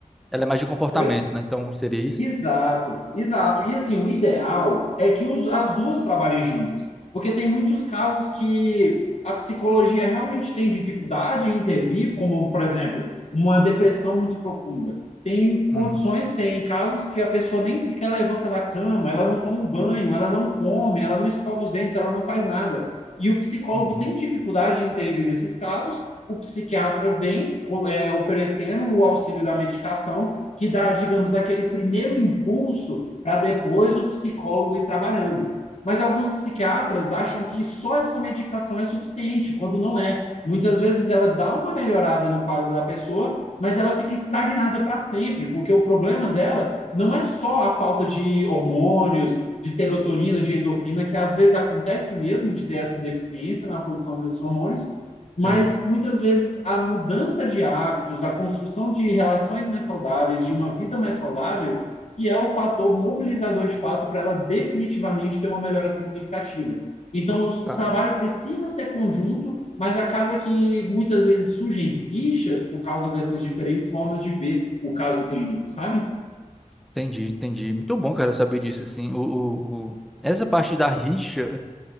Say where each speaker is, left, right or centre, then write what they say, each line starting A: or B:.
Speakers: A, in the centre; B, on the left.
A: ela é mais de comportamento,
B: Oi?
A: né? Então seria isso?
B: Exato, exato. E assim, o ideal é que os- as duas trabalhem juntas, porque tem muitos casos que a psicologia realmente tem dificuldade em intervir, como, por exemplo, uma depressão muito profunda. Tem condições,
A: Uhum.
B: tem casos que a pessoa nem sequer levanta da cama, ela não toma um banho, ela não come, ela não escova os dentes, ela não faz nada. E o psicólogo
A: Uhum.
B: tem dificuldade em intervir nesses casos, o psiquiatra vem, co- é, oferecendo o auxílio da medicação que dá, digamos, aquele primeiro impulso para depois o psicólogo ir trabalhando. Mas alguns psiquiatras acham que só essa medicação é suficiente, quando não é. Muitas vezes ela dá uma melhorada no quadro da pessoa, mas ela fica estagnada para sempre, porque o problema dela não é só a falta de hormônios, de serotonina, de endorfina, que às vezes acontece mesmo de ter essa deficiência na produção desses hormônios, mas
A: Aham.
B: muitas vezes a mudança de hábitos, a construção de relações mais saudáveis, de uma vida mais saudável, que é o fator mobilizador de fato para ela definitivamente ter uma melhora significativa. Então, os, o
A: Tá.
B: trabalho precisa ser conjunto, mas acaba que muitas vezes surgem rixas por causa dessas diferentes formas de ver o caso clínico, sabe?
A: Entendi, entendi. Muito bom, cara, saber disso, assim. O, o, o- Essa parte da rixa